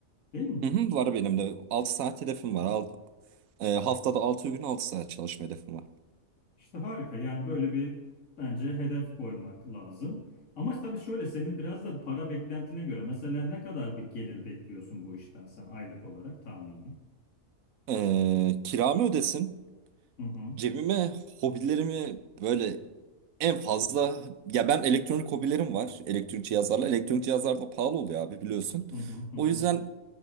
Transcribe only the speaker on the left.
Değil mi?
İşte harika. Yani böyle bir bence hedef koymak lazım. Ama tabii şöyle senin biraz da para beklentine göre mesela ne kadar bir gelir bekliyorsun bu işten sen aylık olarak tahmini?
Hı hı,
hı hı, hı
hı,